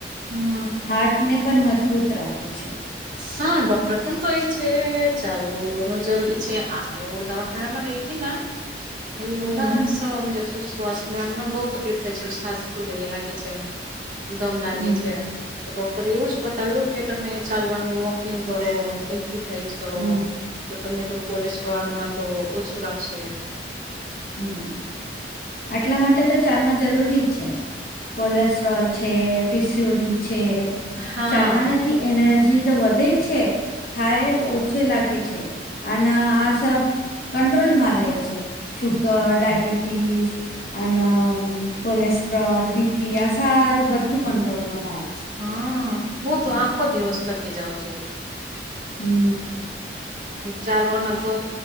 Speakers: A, on the right; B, on the left.
A: હમ
B: હાર્ટને પણ મજબૂત રાખે છે.
A: હા ડોક્ટર પણ કઈ છે ચાલવુંન જરૂરી છે આ એ દવા ઘરામાં ગઈ હતી ને. અને એવું
B: હમ
A: ના શ્વાસ લ બહુ તકલીફ થાય છે હસ ઉલલે લાગે છે. દમ લાગે
B: હમ
A: છે. તો ડોક્ટર એવુંજ બતાવ્યું કે તમે ચાલવાનું વોકિંગ કરો એક્સરસાઇઝ કરો
B: હમ
A: તો તમને થોડું કોલેસ્ટ્રોલમાં થોડું ઓછું રાખશે.
B: હમ આટલા માટેતો ચાલના જરૂરી છે. કોલેસ્ટ્રોલ છે પીસીુડી છે
A: હા
B: ચાલવા નથી. એનર્જી તો વધેજ છે થાય ઓછે લાગે છે અને આ સબ કંટ્રોલમાં રહે છે. ડાયબિટીસ અને કોલેસ્ટ્રોલ બી પ આ સારું બધું કંટ્રોલમાં રહે છે.
A: હા હું
B: હમ
A: તો આખો દિવસ થકી જાઉં છું.
B: હમ.
A: ચાલવાના તો